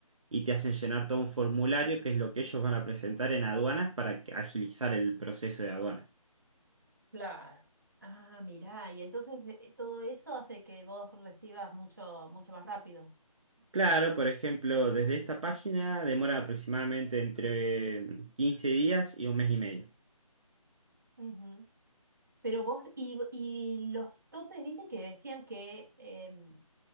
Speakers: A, on the right; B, on the right.
A: y te hacen llenar todo un formulario que es lo que ellos van a presentar en aduanas para que- agilizar el proceso de aduanas.
B: Claro. Ah, mirá, y entonces eh, todo eso hace que vos recibas mucho, mucho más rápido,
A: Claro,
B: decís.
A: por ejemplo, desde esta página demora aproximadamente entre mm, 15 días y un mes y medio.
B: Ujú. Pero vos, y, y los topes, viste que decían que em,